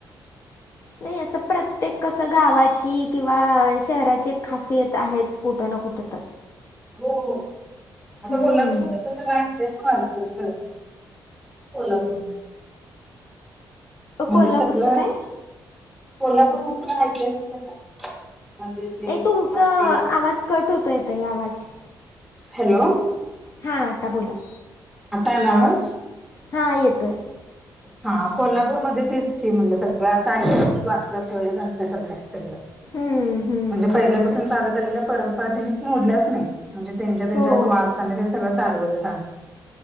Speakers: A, on the left; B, in the centre.
A: नाही असं प्रत्येक कसं गावाची किंवा शहराची एक खासियत आहेच कुठं ना कुठं तर.
B: हों हों आता
A: हम्म
B: <unintelligible> त कोल्हापूर म्हणजे
A: कोल्हापूरचं
B: सगळं
A: काय?
B: कोल्हापूर मग ते ऐतिहासिकच हाय म्हणजे ते
A: ए तुमचं
B: आपले
A: आवाज कट होतंय ताई आवाज
B: हॅलो
A: हां आता बोला
B: आता आला आवाज.
A: हां येतोय.
B: हां कोल्हापूरमध्ये तेच की म्हटलं सगळं आसं ऐतिहासिक वारसा स्थळेच असल्यासारखंय सगळं
A: हम्म, हम्म,
B: म्हणजे
A: बरोबर
B: पहिल्यापासून
A: आहे
B: चालत आलेल्या परंपरा त्यांनी मोडल्याच नाही. म्हणजे त्यांच्या त्यांच्या
A: हो
B: असं वारसाने ते सगळं चालवतच आणल